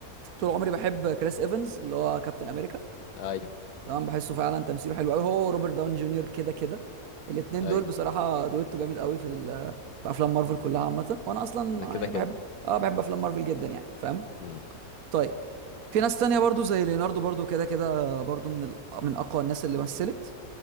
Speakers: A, on the right (about 70°); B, on the left (about 85°).
A: طول عمري بحب كريس ايفنز اللي هو كابتن امريكا
B: أيوه
A: تمام بحسه فعلا تمثيله حلو قوي هو وروبرت داون جونيور كده كده الاتنين
B: أيوه
A: دول بصراحه دويتو جامد قوي في ال- في افلام مارفل كلها عامه وانا اصلا
B: ده كده
A: يعني
B: كده
A: بحب اه بحب افلام مارفل جدا يعني فاهم
B: مم.
A: طيب في ناس تانية برضو زي ليوناردو برضو كده كده برضو من ال... من اقوى الناس اللي مثلت